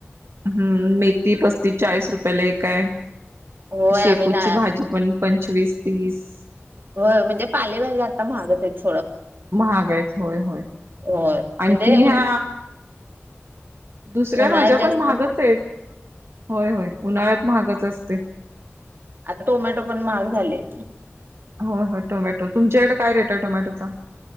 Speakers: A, on the right; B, on the right.
A: हं, मेथी पस्तीस चाळीस रुपयाला एकय.
B: होय
A: शेपूची
B: आम्ही ना
A: भाजी पण पंचवीस, तीस,
B: हो म्हणजे पाले भाज्या आता माहागच आहेच.
A: महाग आहेत. होय होय.
B: होय
A: आणखी
B: म्हणजे
A: ह्या
B: उन
A: दुसऱ्या
B: उन्हाळ्यात
A: भाज्या
B: जास्त
A: पण महागच आहेत. होय होय, उन्हाळ्यात महागच असत. ते.
B: आता टोमॅटो पण महाग झाले.
A: हो होय टोमॅटो, तुमच्याकडे काय रेट आहे टोमॅटोचा?